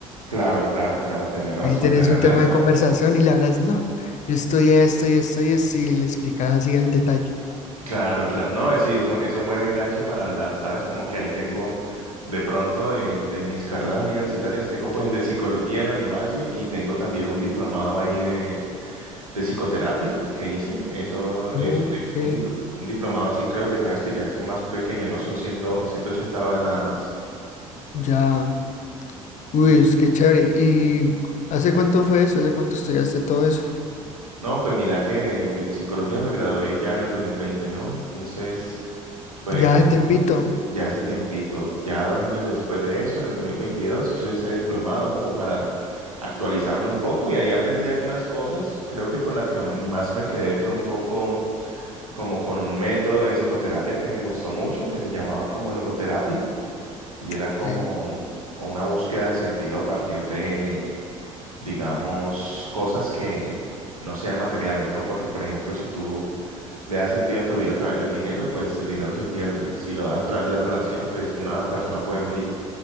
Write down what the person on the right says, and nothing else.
Claro, claro, claro, tener razón,
tener
<laughs> razón.
Claro, claro. No, eh, sí, es un, es un buen enganche para hablar, ¿sabes? Como que ahí tengo, de pronto, de, de mis carreras universitarias, tengo pues el de psicología de la Univalle y tengo también un diplomado ahí de, de psicoterapia que hice. Eso
es un, di- un, dipl- un diplomado, sí, creo que sabes que ya es más pequeño, ¿no? Son cien, ciento ochenta horas nada más.
Y
no, pues mira que de, de psicología me gradué ya en el 2020, ¿no? Entonces, pues
Ya hace tiempito, ya dos años después de eso, en el 2022 hice ese diplomado como para actualizarme un poco y ahí aprendí algunas cosas. Creo que con la que ma- más me quedé fue un poco como con un método de psicoterapia que me gustó mucho, que se llamaba como locoterapia y era como
una búsqueda del sentido a partir de, digamos, cosas que no sean materiales, ¿no? Porque, por ejemplo, si tú le das sentido a tu vida a través del dinero, pues el dinero se pierde. Si lo das a través de la relación, pues una persona puede morir.